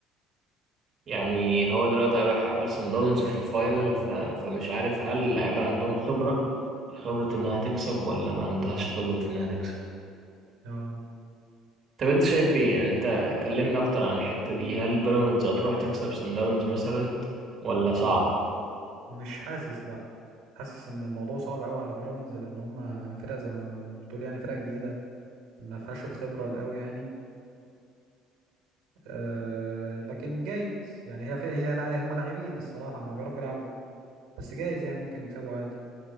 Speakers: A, on the right; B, on the right.
A: يعني هو دلوقتي هيروح يقابل صن داونز في الفاينل ف... فمش عارف هل اللعيبة عندهم خبرة خبرة إنها تكسب ولا ما عندهاش خبرة إنها تكسب
B: اه
A: طب أنت شايف إيه يعني أنت كلمنا أكتر عن الحتة دي هل بيراميدز هتروح تكسب صن داونز مثلا ولا صعب؟
B: مش حاسس لا حاسس ان الموضوع صعب قوي على بيراميدز لان هم فرقة زي ما بتقول يعني فرقة جديدة ما فيهاش الخبرة القوي يعني أه لكن جايز يعني هي فيها هي لع- هم لاعبين الصراحة هم بيعرفوا يلعبوا بس جايز يعني ممكن يكسبوا عادي